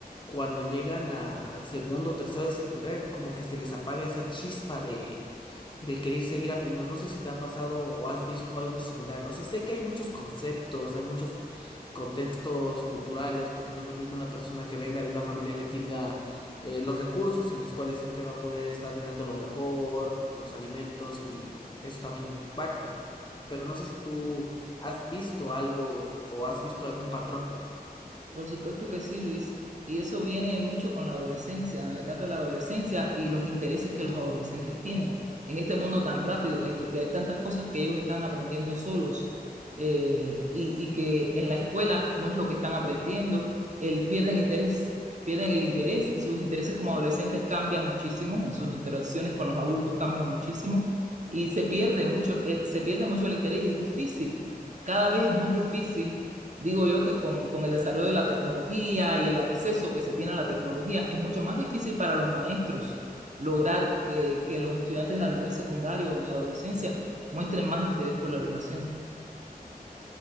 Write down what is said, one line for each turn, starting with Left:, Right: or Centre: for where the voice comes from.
Left: cuando llegan a segundo o tercero de secundaria, como que se les apaga esa chispa del querer seguir aprendiendo. No sé si te ha pasado o has visto algo similar. O sea, sé que hay muchos conceptos, hay muchos contextos culturales, porque no es lo mismo una persona que venga de una familia que tenga eh, los recursos en los cuales siempre va a poder estarle dando lo mejor, eh, los alimentos, y eso también impacta. Pero no sé si tú has visto algo o has visto algún patrón.
Right: Por supuesto que sí, Luis. Y eso viene mucho con la adolescencia, en la etapa de la adolescencia y los intereses que los adolescentes tienen en este mundo tan rápido, en el que hay tantas cosas que ellos están aprendiendo solos eh, y, y que en la escuela no es lo que están aprendiendo, el, pierden interés, pierden el interés y sus intereses como adolescentes cambian muchísimo, o sus interacciones con los adultos cambian muchísimo y se pierde mucho, eh, se pierde mucho el interés y es difícil, cada vez es más difícil Digo yo que con, con el desarrollo de la tecnología y el acceso que se tiene a la tecnología, es mucho más difícil para los maestros lograr que, que los estudiantes a nivel secundario en la adolescencia muestren más interés por la educación.